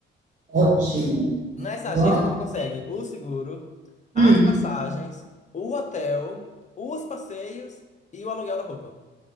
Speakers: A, on the right; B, on the left.
A: ótimo.
B: Nessa
A: Vamos.
B: agência a gente consegue o seguro, as
A: Hum,
B: passagens, o hotel, os passeios e o aluguel da roupa.